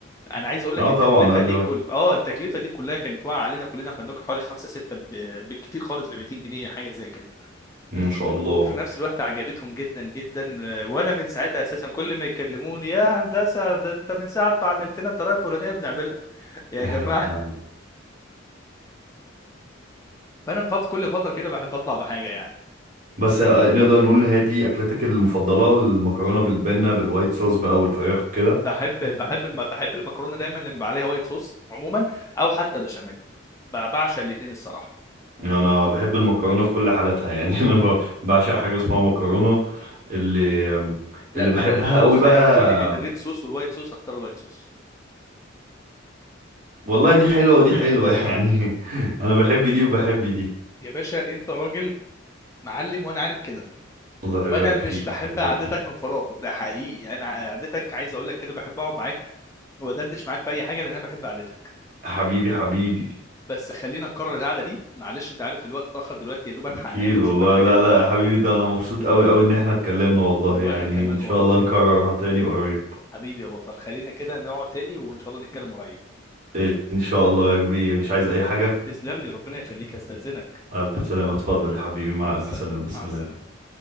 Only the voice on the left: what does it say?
انا عايز اقول لك
التكلفه
دي
كل اه التكلفه دي كلها كانت واقعه علينا كلنا احنا بناكل حوالي خمسة ستة ب... بالكتير خالص ب 200 جنيه حاجه زي كده
وفي نفس الوقت عجبتهم جدا جدا آه، وانا من ساعتها اساسا كل ما يكلموني يا هندسه ده انت من ساعه ما علمتنا الطريقه الفلانيه بنعملها <laughs> يا
جماعه فانا فات كل فتره كده بحب اطلع بحاجه يعني
بحب بحب الم... بحب المكرونه دايما اللي بيبقى عليها وايت صوص عموما او حتى بشاميل ب- بعشق الاثنين الصراحه
لا
ما
أنا لو
خيرتوني
بين الريد صوص والوايت صوص اختار الوايت صوص
يا باشا انت راجل معلم وانا عارف كده
وانا
مش
بحب
قعدتك
من فراغ ده حقيقي يعني انا قعدتك عايز اقول لك كده بحب اقعد معاك وادردش معاك في اي حاجه لان انا بحب قعدتك
بس خلينا نكرر القعده دي معلش انت عارف الوقت اتاخر دلوقتي يا دوب الحق
انام واشوف
الحاجات
اللي
ورايا
وانا
كمان
والله
يا
حبيبي يا بطل خلينا كده نقعد تاني وان شاء الله نتكلم قريب
تسلم لي ربنا يخليك استاذنك
مع
السلامه
مع السلامه